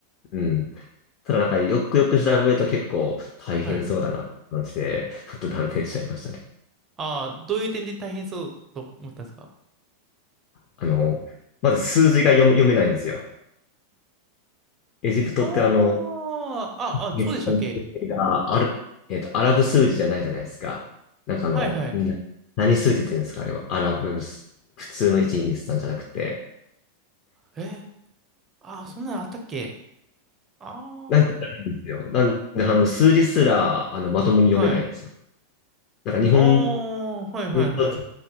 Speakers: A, on the left (about 40°); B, on the right (about 25°).
A: うん。ただなんかよくよく調べると結構大変そうだなって感じで、
B: はい。
A: ちょっと断念しちゃいましたね。
B: ああ、どういう点で大変そうと思ったんですか
A: あの、まず数字が読め、読めないんですよ。エジプトってあの、
B: ああ、あ、あ、
A: イスラム数字がある、
B: そうでしたっけ
A: えっと、アラブ数字じゃないじゃないですか。なんかあの、
B: はいはい。
A: な何数字って言うんですか、あれは。アラブ数、普通の1、2、さんじゃなくて。
B: え、あ、そんなのあったっけああ
A: なんかあるんですよ。なんで、あの、数字すら、あの、まともに読めないんですよ。
B: はい。
A: なんか日本
B: ああ、はいはいはい。
A: 人と